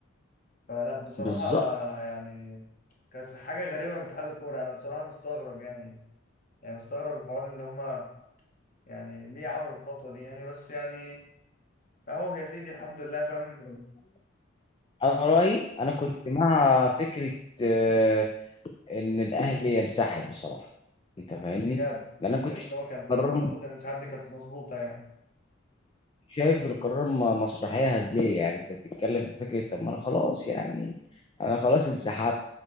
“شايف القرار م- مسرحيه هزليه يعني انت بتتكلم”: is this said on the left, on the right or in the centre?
Left